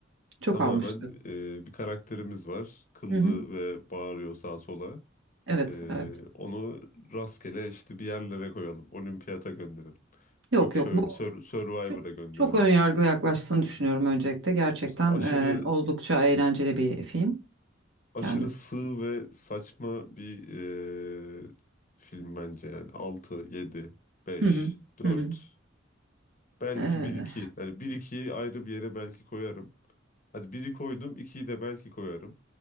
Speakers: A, on the right; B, on the left.
A: çok
B: Tamamen
A: almıştı.
B: e, bir karakterimiz var. Kıllı
A: Hı hı,
B: ve bağırıyor sağa sola.
A: evet
B: Ee,
A: evet.
B: onu rastgele işte bir yerlere koyalım. Olimpiyata gönderelim.
A: Yok
B: Yok
A: yok
B: şöyle
A: bu
B: Sur- Survivor'a
A: çok
B: gönderelim.
A: çok ön yargılı yaklaştığını düşünüyorum öncelikle. Gerçekten
B: Aşırı
A: e, oldukça eğlenceli bir film
B: aşırı
A: kendisi.
B: sığ ve saçma bir ee, film bence yani. altı, 7, beş,
A: Hı hı,
B: dört.
A: hı hı.
B: Belki
A: Ee,
B: bir iki. Hani bir 2yi ayrı bir yere belki koyarım. Hadi biri koydum, 2'yi de belki koyarım.